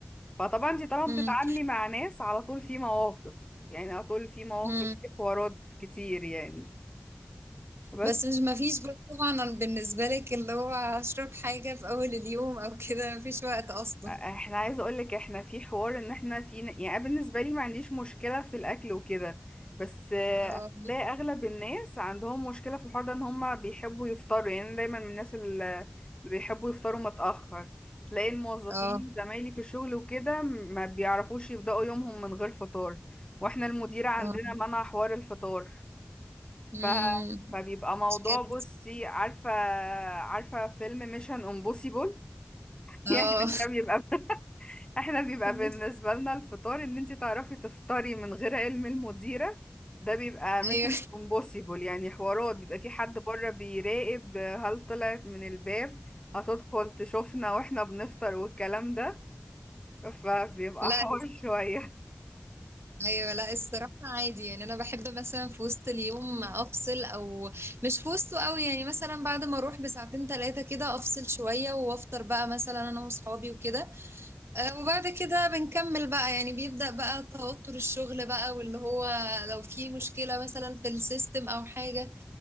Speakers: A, on the left; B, on the right.
A: فطبعا انت طبعا
B: أمم،
A: بتتعاملي مع ناس على طول في مواقف يعني على طول في مواقف
B: أمم.
A: في حوارات كتير يعني بس
B: بس مش مفيش بقى طبعا بالنسبة لك اللي هو هشرب حاجة في أول اليوم أو كده مفيش وقت أصلا
A: احنا عايزه اقول لك احنا في حوار ان احنا في يعني أنا بالنسبه لي ما عنديش مشكله في الاكل وكده بس آه،
B: اه
A: هتلاقي اغلب الناس عندهم مشكله في الحوار ده ان هم بيحبوا يفطروا يعني أنا دايما من الناس اللي بيحبوا يفطروا متاخر تلاقي الموظفين
B: اه
A: زمايلي في الشغل وكده ما بيعرفوش يبداوا يومهم من غير فطار واحنا المديره عندنا
B: اه
A: منع حوار الفطار
B: أمم.
A: ف... فبيبقى موضوع
B: مشكلة
A: بصي عارفة عارفة فيلم ميشن امبوسيبل <laughs>
B: اه
A: يعني احنا بيبقى احنا بيبقى
B: <laughs>
A: بالنسبة لنا الفطار ان انت تعرفي تفطري من غير علم المديرة ده بيبقى ميشن
B: ايوه
A: امبوسيبل يعني حوارات بيبقى في حد بره بيراقب هل طلعت من الباب هتدخل تشوفنا واحنا بنفطر والكلام ده فبيبقى
B: لا
A: حوار <laughs> شوية
B: ايوه لا الصراحه عادي يعني انا بحب مثلا في وسط اليوم افصل او مش في وسطه قوي يعني مثلا بعد ما اروح بساعتين ثلاثه كده افصل شويه وافطر بقى مثلا انا واصحابي وكده آه، وبعد كده بنكمل بقى يعني بيبدا بقى توتر الشغل بقى واللي هو لو في مشكله مثلا في السيستم او حاجه